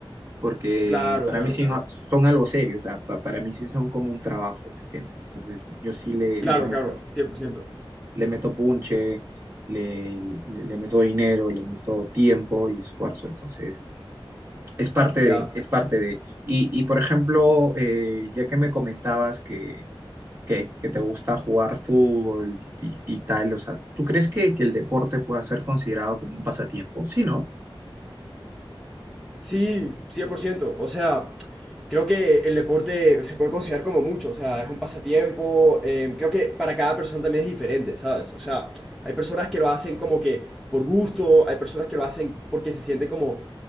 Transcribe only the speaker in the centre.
Claro,
claro,
claro.
Claro,
claro, 100%.
Ya.
Sí, cien por ciento. O sea, creo que el deporte se puede considerar como mucho. O sea, es un pasatiempo. eh, creo que para cada persona también es diferente, ¿sabes? O sea, hay personas que lo hacen como que por gusto, hay personas que lo hacen porque se sienten como